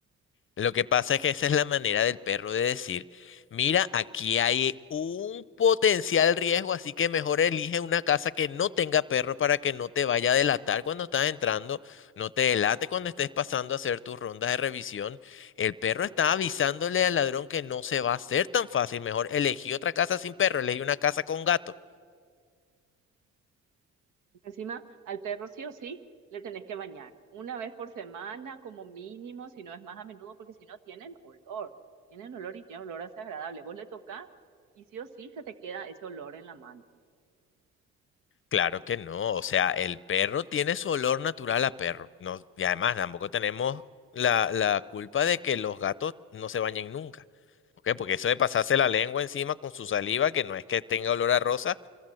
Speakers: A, on the left (about 45°); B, on the right (about 90°).
A: Lo que pasa es que esa es la manera del perro de decir, mira, aquí hay un potencial riesgo, así que mejor elige una casa que no tenga perro para que no te vaya a delatar cuando estás entrando, no te delate cuando estés pasando a hacer tus rondas de revisión. El perro está avisándole al ladrón que no se va a hacer tan fácil, mejor elegí otra casa sin perro, elegí una casa con gato.
B: Encima, al perro sí o sí le tenés que bañar una vez por semana como mínimo, si no es más a menudo, porque si no tienen olor, tienen olor y tienen olor desagradable. Vos le tocas y sí o sí se te queda ese olor en la mano.
A: Claro que no, o sea, el perro tiene su olor natural a perro. No, y además tampoco tenemos la, la culpa de que los gatos no se bañen nunca. ¿ok? Porque eso de pasarse la lengua encima con su saliva, que no es que tenga olor a rosa,